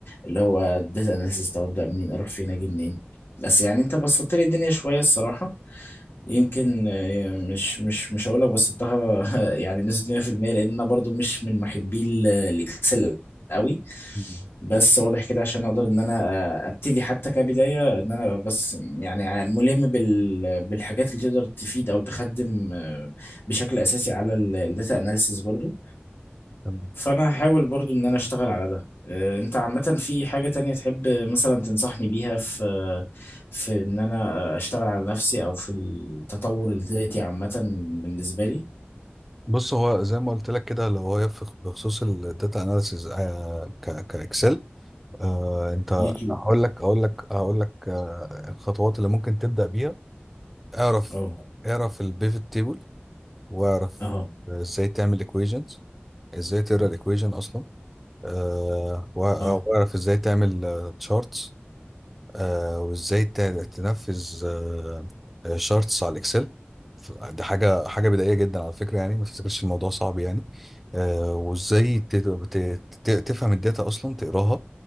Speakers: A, on the left (about 65°); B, in the centre.
A: اللي هو داتا اناليسيس طب ابدا منين اروح فين اجي منين بس يعني انت بسطت لي الدنيا شوية الصراحة يمكن آه، مش مش مش هقول لك بسطتها <laughs> يعني نسبة 100% لان انا برضو مش من محبي ال- الاكسل قوي
B: مم.
A: بس واضح كده عشان اقدر ان انا آه، ابتدي حتى كبداية ان انا أبقى بس يعني ملم بال بالحاجات اللي تقدر تفيد او تخدم آه، بشكل اساسي على الداتا اناليسيس برضو
B: تمام.
A: فانا هحاول برضو ان انا اشتغل على ده آه، انت عامة في حاجة تانية تحب مثلا تنصحني بيها في في ان انا اشتغل على نفسي او في التطور الذاتي عامة بالنسبة لي
B: بص هو زي ما قلت لك كده اللي هو يفق بخصوص الداتا اناليسيز كاكسل آه انت
A: يوتيوب
B: هقول لك هقول لك هقول لك آه الخطوات اللي ممكن تبدا بيها اعرف
A: اه
B: اعرف البيفت تيبل واعرف
A: اهو
B: ازاي تعمل equations ازاي تقرا الايكويجن اصلا أه وأ- آه،
A: اهو
B: واعرف ازاي تعمل تشارتس آه، وازاي ت- تنفذ آه، آه، شارتس على الاكسل ف- دي حاجه حاجه بدائيه جدا على فكره يعني ما تفتكرش الموضوع صعب يعني آه، وازاي ت- ت- ت- تفهم الداتا اصلا تقراها